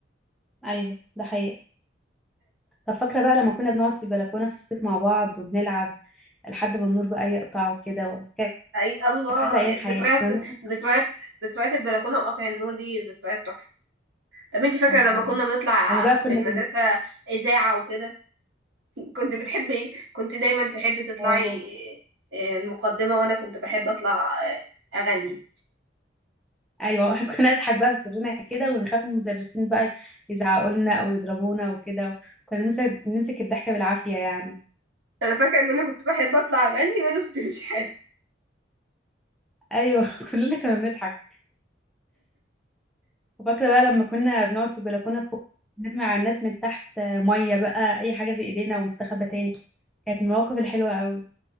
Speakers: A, in the centre; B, on the right.
A: أيوه ده حقيقي طب فاكرة بقى لما كنا بنقعد في البلكونة في الصيف مع بعض وبنلعب لحد ما النور بقى يقطع وكده كانت
B: اي الله
A: أحلى أيام
B: ذكريات
A: حياتي كنا بنضحك
B: ذكريات ذكريات البلكونه وقطع النور دي ذكريات تحفه طب انت فاكره
A: اه
B: لما كنا بنطلع
A: لما بقى كنا
B: في المدرسه
A: بين
B: اذاعه وكده كنت بتحبي كنت دايما تحبي تطلعي
A: اه
B: آه، المقدمة وانا كنت بحب اطلع آه، اغني
A: ايوه <laughs> كنا نضحك بقى بسرنا كده ونخاف من المدرسين بقى يزعقوا لنا او يضربونا وكده كنا نمسك نمسك الضحكه بالعافيه يعني
B: انا فاكرة ان انا كنت بحب اطلع اغني وانا صوتي مش حلو
A: ايوه <laughs> كلنا كنا بنضحك وفاكره بقى لما كنا بنقعد في البلكونه فوق نرمي على الناس من تحت ميه بقى اي حاجه في ايدينا ونستخبى تاني كانت المواقف الحلوه قوي